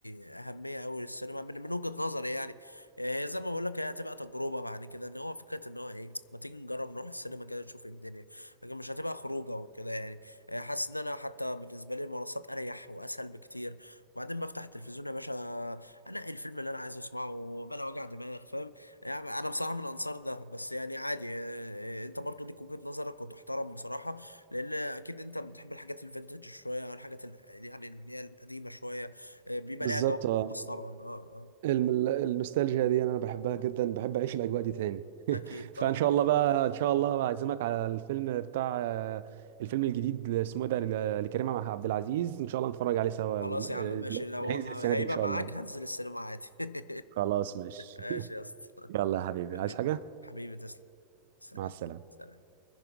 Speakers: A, on the left; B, on the right.
A: اهميه قوي للسينما من من وجهه نظري يعني هي زي ما بقول لك هي هتبقى تجربه بعد كده ان هو فكره ان هو ايه ما تيجي نجرب نروح السينما كده نشوف إيه الدنيا لكن مش هتبقى خروجه وكده يعني آه، حاسس ان انا حتى بالنسبه لي المنصات اريح واسهل بكتير وبعدين بفتح التلفزيون يا باشا انقي الفيلم اللي انا عايز اسمعه بلا وجع دماغ فاهم يعني انا بصراحه من انصار ده بس يعني عادي آه، آه، انت برضو ليك وجهه نظرك وتحترم بصراحه لان اكيد انت بتحب الحاجات الفينتج شويه او الحاجات ال- يعني اللي هي القديمه شويه آه، بيبقى
B: بالظبط
A: ليها جو
B: اه
A: خاص طبعا اه اه
B: الم- ال- النوستالجيا دي انا بحبها جدا بحب اعيش الاجواء دي تاني
A: اكيد طبعا
B: فان شاء الله بقى ان شاء الله بعزمك على الفيلم بتاع آه، الفيلم الجديد اللي اسمه إيه ده ل- لكريم مع عبد العزيز ان شاء الله نتفرج عليه سوا
A: خلاص
B: الم-
A: يا
B: آه،
A: عم ماشي لو
B: هينزل
A: ه-
B: السنه
A: هيبقى
B: دي ان شاء
A: معاك
B: الله
A: هنزل السينما عادي <laughs>
B: خلاص ماشي
A: ماشي
B: <laughs>
A: يا اسطى
B: يلا يا حبيبي
A: حبيبي
B: عايز حاجه
A: حبيبي تسلم سلام
B: مع السلامه
A: سلام